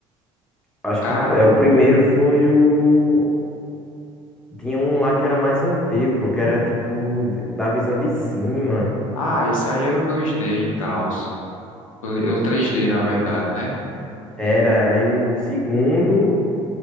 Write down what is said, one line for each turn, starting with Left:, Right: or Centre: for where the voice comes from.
Centre: Acho
Left: Caramba.
Centre: que o, é, o primeiro foi o. Tinha um lá que era mais antigo, pô, que
Left: N-
Centre: era tipo da visão de cima.
Left: Ah, isso aí era o 2D e tal. Eu 3D, na verdade, né?
Centre: Era, aí o, o segundo,